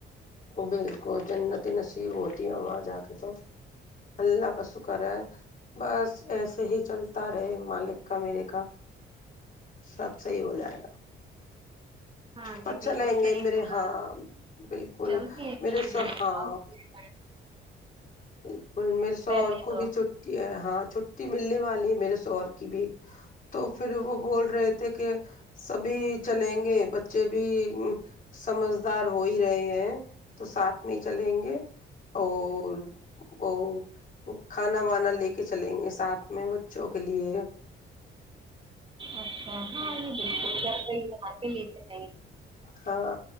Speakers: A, on the left; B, on the right.
A: بالکل جنت نصیب ہوتی ہے وہاں جا کے تو اللہ ک سو کرار بس ایسے ہی چلتا رہے مالک کا میرے کا سب صحیح ہو جائے گا
B: ہاں جی
A: اور چلیں
B: بالکل
A: گے
B: صحیح
A: میرے
B: بولا
A: ہاں بالکل
B: چلتے ہیں
A: میرے
B: ایک
A: سو ہاں بالکل میرے سو
B: پہلے
A: اور کو
B: تو
A: بھی چھٹی ہے ہاں چھٹی ملنے والی ہے میرے سوور کی بھی تو پھر وہ بول رہے تھے کہ سبھی چلیں گے بچے بھی سمجھدار ہو ہی رہے ہیں تو ساتھ میں ہی چلیں گے اور وہ کھانا وانا لے کے چلیں گے ساتھ میں بچوں کے لیے
B: اچھا ہاں یہ بالکل جبات لیے
A: ہاں